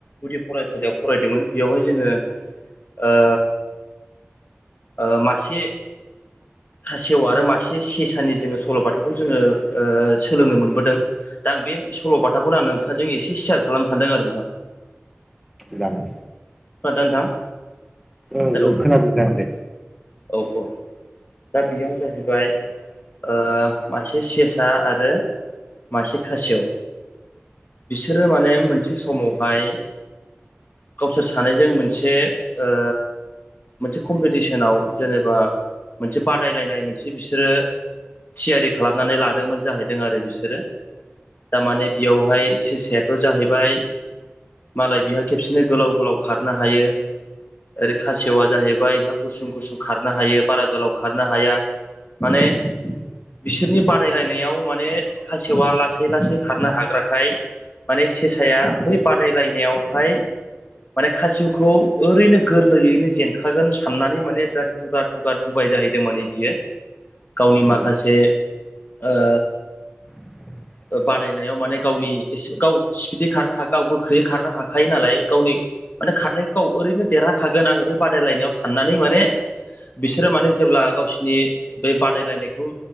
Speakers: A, on the left; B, in the centre.
A: गुदि फरायसालियाव फरायदोंमोन बेयावहाय जोङो- ओ ओ मासे खासेव आरो मासे सेसानि जोङो सल'बाथाखौ जोङो ओ सोलोंनो मोनबोदों। दा आं बे सल'बाथाखौनो आं नोंथांजों एसे सेयार खालामनो सानदों आरो नोंथां।
B: जागोन दे
A: खोनादोंना नोंथां
B: ओं
A: हेलौ
B: ओं खोनादों जागोन दे।
A: औ औ दा बेयाव जाहैबाय ओ मासे सेसा आरो मासे खासेव बिसोरो माने मोनसे समावहाय बिसोर सानैजों मोनसे ओ मोनसे कम्पिटिसनाव जेनेबा मोनसे बादायलायनाय मोनसे बिसोरो थियारि खालामनानै लादोंमोन जाहैदों आरो बिसोरो थारमाने बेयावहाय सेसायाथ' जाहैबाय मालाय बिहा खेबसेनो गोलाव गोलाव खारनो हायो। ओरै खासेवा जाहैबाय इहा गुसुं गुसुं खारनो हायो बारा गोलाव खारनो हाया माने बिसोरनि बादायलायनायाव माने खासेवा लासै लासै खारनो हाग्राखाय माने सेसाया बै बादायलायनायावहाय माने खासेवखौ ओरैनो गोरलैयैनो जेनखागोन साननानै माने बिराद दुगा दुगा दुबाय जाहै दों मोनै बियो गावनि
B: ओं
A: माखासे ओ
B: <inaudible>
A: ओ बादायनायाव माने गावनि एसे गाव स्पिदै खारनो हाखायो नालाय गाव गोख्रैयै खारनो हाखायो नालाय गावनि माने खारनायखौ ओरैनो देरहाखागोन आङो बे बादायलायनायाव साननानै माने बिसोरो माने जेब्ला गावसिनि बे बादायलायनायखौ